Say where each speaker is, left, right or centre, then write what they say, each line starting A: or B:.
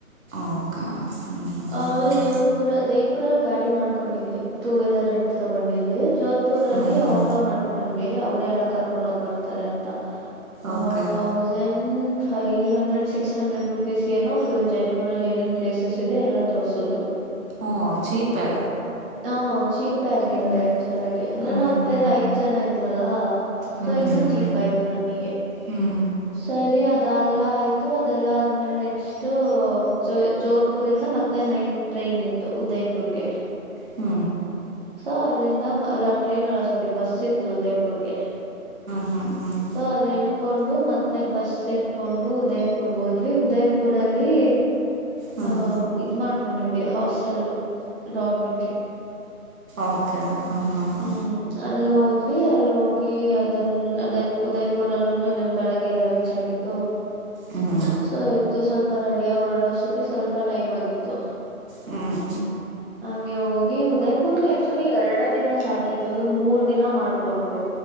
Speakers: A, on the right; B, on the right.
A: ಓಕೆ ಹ್ಞೂ ಹ್ಞೂ
B: ಆಮೇಲೆ
A: ಹ್ಞೂ ಹ್ಞೂ
B: ಜೋಧ್ಪುರ ಜೈಪುರ್ ಅಲ್ಲಿ ಗಾಡಿ ಮಾಡ್ಕೊಂಡಿದ್ವಿ ಟೂ ವೀಲರ್ ರೆಂಟ್ ತಗೊಂಡಿದ್ವಿ ಜೋಧ್ಪುರ್ ಅಲ್ಲಿ
A: ಹ್ಞೂ ಹ್ಞೂ ಹ್ಞೂ
B: ಆಟೋ ಮಾಡ್ಕೊಂಡ್ವಿ ಅವ್ರೇ ಎಲ್ಲಾ ಕರ್ಕೊಂಡ ಹೋಗ್ ಬರ್ತಾರೆ ಅಂತ
A: okay
B: ಮೂರ್ ಸಂಡ್ five hundred six hundred rupees ಗೆ ಏನೋ ಫುಲ್ ಜೈಪುರಲ್ಲಿ ಏನೇನ್ ಪ್ಲೇಸಸ್ ಇದೆ ಎಲ್ಲ ತೋರ್ಸಿದ್ರು
A: ಓ ಚೀಪೆ
B: ಹ ಚಿಪ್ ಚಪ್ಪೆ ಆಯ್ತದು
A: ಹ್ಮ್
B: ಆಕ್ಚುಲ್ ಆಗಿ ಅಂದ್ರೆ
A: ಹ್ಮ್
B: ನಾವವು್
A: ಹ್ಮ್
B: ಬೇರೆ ಐದ್ ಜನ ಇದ್ಲ್ಲಾ
A: ಹ್ಮ್
B: ಸೊ ಇನ್ನುೂ
A: ಹ್ಮ್ ಹ್ಮ್
B: ಚೀಪ್ ಆಯ್ತು ನ ನ
A: ಹ್ಮ್ ಹ್ಮ್
B: ಸರಿ ಅದೆಲ್ಲ ಆಯ್ತು ಅದೆಲ್ಲಾ ಆದ್ಮೇಲೆ ನೆಕ್ಸ್ಟ್ ತು ಜೋಧ್ಪುರ್ ಇಂದ ಮತ್ತೆ ನೈಟ್ ಟ್ರೈನ್ ಇತ್ತು ಉದಯ್ಪುರ್ಗೆ
A: ಹ್ಮ
B: ಸೊ ಅಲ್ಲಿಂದ ಅಲ್ಲ ಟ್ರೈನ್ ಅಲ್ಲ ಸಾರಿ ಬಸ್ ಇತ್ತು ಉದಯಪುರ್ಗೆ
A: ಹ್ಮ್ ಹ್ಮ್ ಹ್ಮ್
B: ಸೊ ಅಲ್ಲಿ ಹಕೊಂಡು ಮತ್ತೆ ಬಸ್ ಇಡ್ಕೊಂಡು ಉದಯ್ಪುರ್ಗೆ ಹೋದ್ವಿ ಉದಯ್ಪುರಲ್ಲಿ
A: ಹ್ಮ್
B: ಅಹ ಇದ್ ಮಾಡ್ಕೊಂಡಿವ್ವಿ ಹಾಸ್ಟೆಲ್ಲ ಡಾರ್ಮೆಟ್ರಿ
A: ಓಕೆ ಹಾ ಹಾ ಹಾ
B: ಹ್ಮ್ ಅಲ್ಲಿ ಹೋದ್ವಿ ಅಲ್ಲಿ ಹೋಗಿ ಅದನ್ನ ಅದೇ ಉದಯ್ಪುರಲ್ಲೂ ಇನ್ನೊಂದು ಬೆಳಗ್ಗೆ ಎಲ್ಲ ರೀಚ್ ಆಗಿದ್ದು
A: ಹ್ಮ್
B: ಸೊ ಎದ್ದು ಸ್ವಲ್ಪ ಸ್ವಲ್ಪ ರೆಡಿಯಾಗಿ ಹೊರಡೋಷ್ಟತಿಗೆ ಸ್ವಲ್ಪ ಟೈಮ್ ಆಗಿತ್ತು
A: ಹ್ಮ್
B: ಹಂಗೆ ಹೋಗಿ ಉದಯ್ಪುರ್ಗೆ ಆ <unintelligible> ಆಕ್ಚುಲಿ ಎರಡ ದಿನ ಸಾಕಿತ್ ಇವ್ರ ಮೂರ್ ದಿನ ಮಾಡ್ಕೊಂಡ್ರು